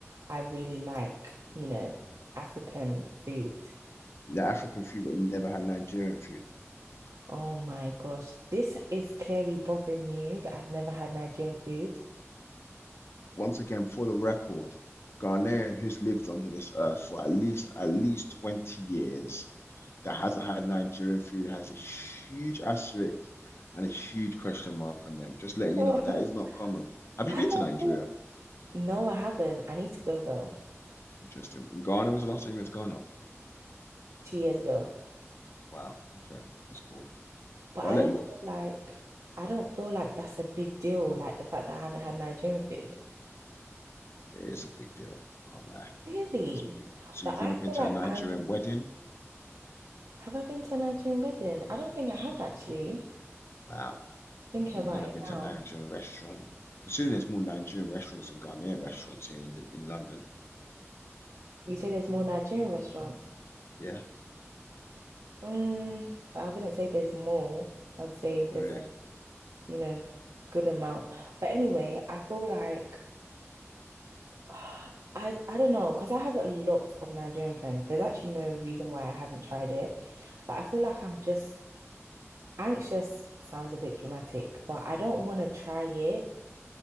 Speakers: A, on the right; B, on the left.
A: I really like, you know, African food.
B: Yeah, African food, but you never had Nigerian food.
A: Oh my gosh, this is clearly bothering you that I've never had Nigerian food.
B: Once again, for the record, Ghanaian who's lived on this earth for at least at least 20 years that hasn't had Nigerian food has a huge asterisk and a huge question mark on them. Just letting
A: Oh,
B: you know
A: <laughs>
B: that is not common. Have you
A: I
B: been
A: don't
B: to Nigeria?
A: feel, no, I haven't. I need to go though,
B: Interesting. And Ghana was the last time you went to Ghana?
A: two years ago.
B: Wow. Okay. That's cool.
A: But
B: Well,
A: I
B: I'll let
A: don't
B: you off.
A: feel like, I don't feel like that's a big deal, like the fact that I haven't had Nigerian food.
B: It is a big deal. Can't lie.
A: Really?
B: It's big. So
A: But
B: you've
A: I
B: never been
A: feel
B: to
A: like
B: a Nigerian
A: I'm,
B: wedding?
A: have I been to a Nigerian wedding? I don't think I have actually.
B: Wow.
A: Thinking
B: And
A: about
B: you've never
A: it
B: been to
A: now.
B: a Nigerian restaurant? Considering there's more Nigerian restaurants than Ghanaian restaurants here in in London.
A: You say there's more Nigerian restaurants.
B: Yeah,
A: Um, I wouldn't say there's more. I'd say there's
B: really.
A: a, you know, good amount. But anyway, I feel like <sighs> I I don't know, because I have a lot of Nigerian friends. There's actually no reason why I haven't tried it. But I feel like I'm just anxious sounds a bit dramatic, but I don't want to try it